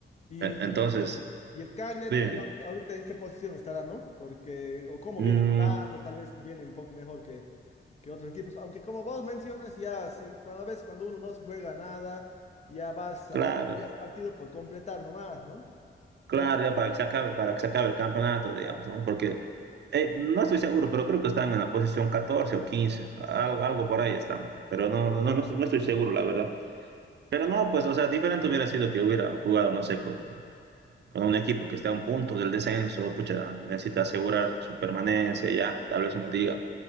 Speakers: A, on the left; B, on the right.
A: y
B: Entonces,
A: y el Cagliari,
B: dime,
A: digamos, ahorita en qué posición estará, ¿no? Porque, o cómo
B: mm,
A: viene jugando, tal vez viene un poco mejor que, que otros equipos. Aunque como vos mencionas, ya sí, cuando a veces cuando uno no se juega nada, ya vas a
B: claro,
A: jugar partido por completar nomás, ¿no?
B: claro,
A: Pero
B: ya para que se acabe, para que se acabe el campeonato, digamos,
A: la-
B: ¿no? Porque eh, no estoy seguro, pero creo que están en la posición 14 o 15, algo, algo por ahí están, pero no, no, no, no, estoy seguro, la verdad. Pero no, pues, o sea, diferente hubiera sido que hubiera jugado, no sé, con, con un equipo que está a un punto del descenso, pucha, necesita asegurar su permanencia ya, tal vez uno diga,